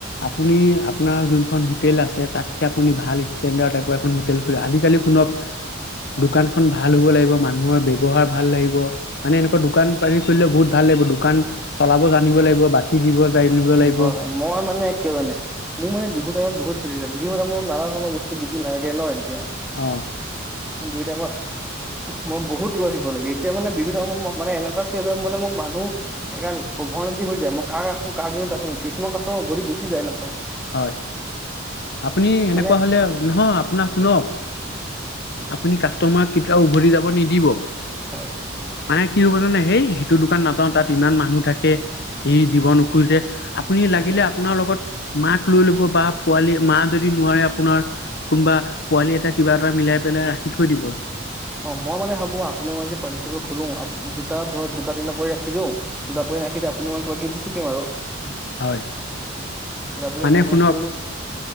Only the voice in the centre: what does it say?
উম
হয় হয় মই মানে, কিয় জানে? মোৰ মানে বিহুৰ টাইমত বহুত চেইল হৈ যায়। বিহুৰ টাইমত নানা ধৰণৰ বস্তু বিক্ৰী লাগে ন' এতিয়া।
মোৰ বিহু টাইমত মই বহুত দূৰ আহিব লাগে। এতিয়া মানে বিহুৰ টাইমত মোক মানে এনেকুৱা চেইল হয়, মানে মোক মানুহ সেইকাৰণে উভয় নদী হৈ যায়। মই কাৰ ৰাখো, কাক দিওঁ তাকে নো। কিছুমান কাষ্টমাৰ উভতি গুচি যায় নাপায়।
মানে
হয়।
হয়
হয়
অ', মই মানে ভাবোঁ আপুনি মই যদি পাৰ্টনাৰশ্বিপত খোলো, আপ দুটা ধৰক দুটা, তিনিটা পোৱালি ৰাখি দিওঁ। দুটা পোৱালি ৰাখি দে আপুনি মই কিবা কিবি দি থাকিম আৰু।
বোলে
বিজনেছ
টো